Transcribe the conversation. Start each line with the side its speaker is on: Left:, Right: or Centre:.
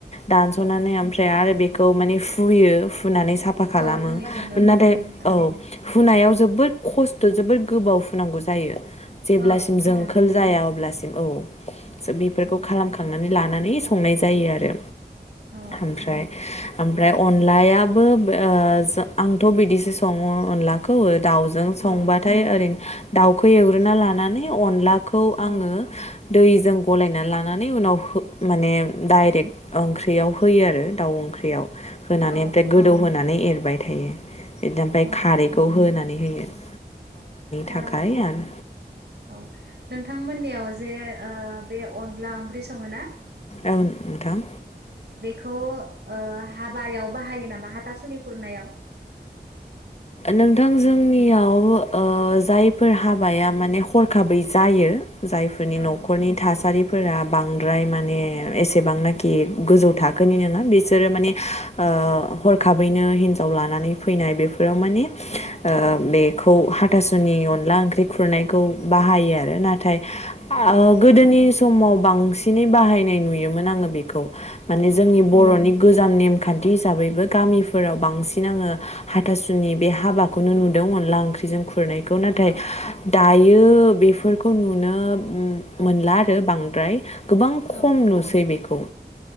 Left: दान्स
Right: औ
Left: ओमफ्राय आरो बेखौ माने फुयो। हुनानै साफा खालामो
Right: औ जोंनिथिंबो बेबादिनो
Left: नाथाय
Right: खालामो
Left: औ हुनायाव जोबोर खस्थ' जोबोर गोबाव फुनांगौ जायो जेब्लासिम
Right: औ नोंथां
Left: जोंखोल जाया अब्लासिम औ। बेफोरखौ
Right: औ
Left: खालामखांनानै लानो नानै संनाय जायो आरो।
Right: औ
Left: ओमफ्राय ओमफ्राय अनलायाबो ओ जा आंथ' बिदिसो सङो अनलाखौ दाउजों संबाथाय
Right: औ
Left: ओरै दाउखौ एवग्रोना ला नानेब अनलाखौ आङो
Right: औ
Left: दैजों गलायना ला नानै उनाव होब माने डाइरेख ओंख्र बेयाव होयो आरो दाउ ओंख ख्रियाव होनानै
Right: औ
Left: ओमफ्राय गोदौ होनानै एर होबाय थायो। बि दा ओमफ्राय
Right: औ
Left: खारैखौ होनानै होयो। <inaudible> थाखाय
Right: ओ
Left: आरो
Right: औ नोंथांमोननियाव जे ओ बे अनला ओंख्रि सङो ना?
Left: ओं नोंथां।
Right: खौ ओ हाबायाव बाहायो नामा हाथासुनि खुरनायाव?
Left: नोंथां जोंनियाव ओ जायफोर हाबाया माने हरखाबै जायो। जायफोरनि
Right: औ
Left: न'खरनि थासारिफोरा बांद्राय माने एसेबांनाखि गोजौ थाखोनि नोङा बिसोरो माने ओ हरखाबैनो हिनजाव लानानै फैनाय बेफ फोराव माने ओ
Right: औ
Left: बे खौ हाथासुनि अनला ओंख्रि खुरनायखौ बाहायो आरो नाथाय
Right: औ
Left: ओ गोदोनि समाव बांसिनै बाहायनाय नुयोमोन आङो बेखौ। माने
Right: औ
Left: जोंनि बर'नि गोजाम नेम खान्थि हिसाबैबो गामिफोराव बांसिन आङो हाथासुनि बे हाबाखौनो नुदों अनला ओंख्रिजों खु खुरनायखौ नाथाय
Right: औ
Left: दायो बेफोरखौ नु नो मो मोनला आरो बांद्राय गोबां खम
Right: औ
Left: नुसै बेखौ